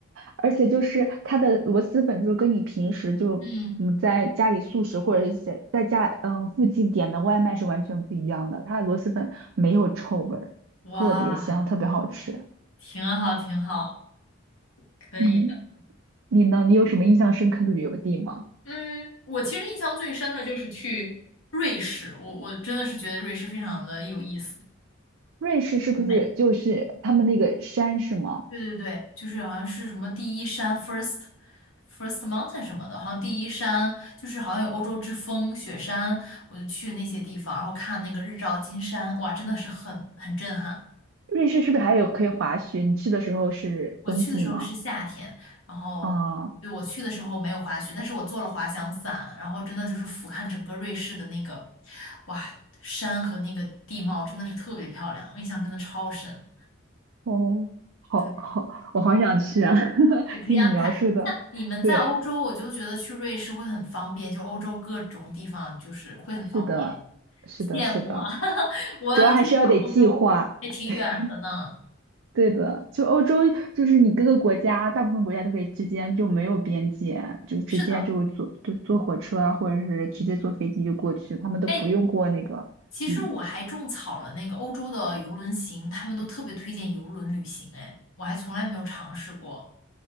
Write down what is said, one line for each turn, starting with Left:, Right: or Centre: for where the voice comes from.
Right: 而且就是它的螺蛳粉，就是跟你平时就嗯在家里素食或者是在在家嗯附近点的外卖是完全不一样的。
Left: 嗯，
Right: 它的螺蛳粉没有臭味儿，
Left: 哇，
Right: 特别香，特别好吃。
Left: 挺好，挺好，可以的。
Right: 嗯。你呢？你有什么印象深刻的旅游地吗？
Left: 嗯，我其实印象最深的就是去瑞士，我我真的是觉得瑞士非常的有意思，
Right: 瑞士是不是就是他们那个山是吗？
Left: 很美。对对对，就是好像是什么第一山 first first mountain 什么的，好像第一山就是好像有欧洲之风雪山，我就去那些地方，然后看那个日照金山，哇，真的是很很震撼。
Right: 瑞士是不是还有可以滑雪？你去的时候是冬季吗？
Left: 我去的时候是夏天，然后对我去的时候没有滑雪，
Right: 啊，
Left: 但是我做了滑翔伞，然后真的就是俯瞰整个瑞士的那个，哇，山和那个地貌真的是特别漂亮，我印象真的超深。
Right: 哦，好好，
Left: 对。
Right: 我好想去啊！<laughs>
Left: 也可以安排。
Right: 听你描述的，
Left: 像你们在欧洲，
Right: 对，
Left: 我就觉得去瑞士会很方便，就欧洲各种地方就是会很方便，
Right: 是的，是的，
Left: 羡慕啊！
Right: 是的，
Left: <laughs> 我要去一趟欧洲，
Right: 主要还是要得计划。
Left: 也挺远的呢。
Right: <laughs> 对的，就欧洲，就是你各个国家，大部分国家都可以之间就没有边界，就直接就坐坐坐火车啊，
Left: 是的，
Right: 或者是直接坐飞机就过去，他们都不用过那个，
Left: 哎，其实我还种草了那个欧洲的游轮行，
Right: 嗯，
Left: 他们都特别推荐游轮旅行，哎，我还从来没有尝试过。